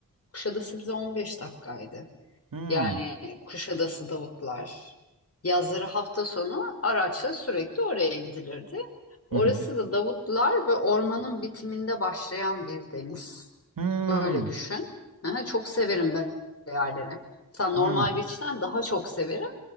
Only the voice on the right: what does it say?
Hı hı.
Hı
Hmm.
hı.